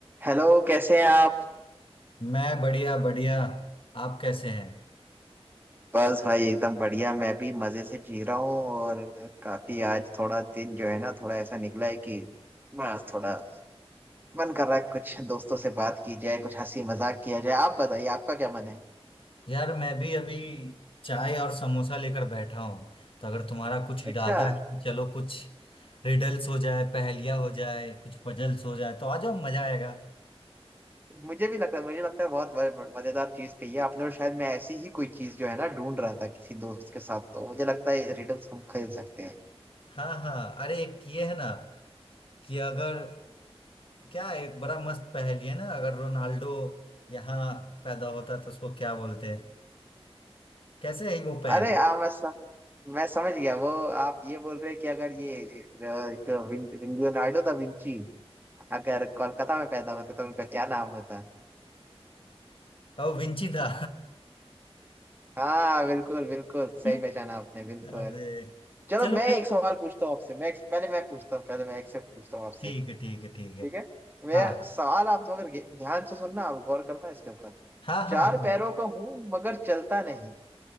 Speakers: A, on the right; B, on the left.
A: Hello कैसे हैं आप
B: मैं बढ़िया बढ़िया आप कैसे हैं
A: बस भाई एकदम बढ़िया मैं भी मजे से जी रहा हूँ और काफी आज थोड़ा दिन जो है ना थोड़ा ऐसा निकला है कि बस थोड़ा मन कर रहा है कुछ दोस्तों से बात की जाए कुछ हंसी मजाक किया जाए आप बताइए आपका क्या मन है
B: यार मैं भी अभी चाय और समोसा लेकर बैठा हूँ तो अगर तुम्हारा कुछ
A: अच्छा
B: इरादा है कि चलो कुछ रिडल्स हो जाए पहेलियाँ हो जाए कुछ पजल्स हो जाए तो आ जाओ मजा आएगा
A: मुझे भी लगता है मुझे लगता है बहुत ब- मजेदार चीज कही है आपने और शायद मैं ऐसी ही कोई चीज जो है ना ढूंढ रहा था किसी दोस्त के साथ तो मुझे लगता है रिडल्स हम खेल सकते हैं
B: हाँ हाँ अरे एक ये है ना कि अगर क्या है, एक बड़ा मस्त पहेली है ना अगर रोनाल्डो यहाँ पैदा होता तो उसको क्या बोलते हैं कैसे है वो पहेली
A: अरे आ, मैं स- मैं समझ गया वो आप ये बोल रहे हैं कि अगर ये अ, एक लियोनार्डो दा विंची अगर कोलकाता में पैदा होते तो उनका क्या नाम होता
B: ओ विंची था
A: हाँ बिल्कुल बिल्कुल सही
B: <laughs>
A: पहचाना आपने बिल्कुल
B: अरे
A: चलो
B: चलो
A: मैं
B: मैं
A: एक सवाल पूछता हूँ आपसे मैं पहले मैं पूछता हूँ पहले मैं एक से पूछता हूँ आपसे
B: ठीक है ठीक है ठीक है
A: ठीक है मैं
B: हाँ हाँ
A: सवाल आप अगर ध्यान से सुनना आप गौर करना इसके ऊपर
B: हाँ
A: चार
B: हाँ हाँ
A: पैरों का हूँ मगर चलता नहीं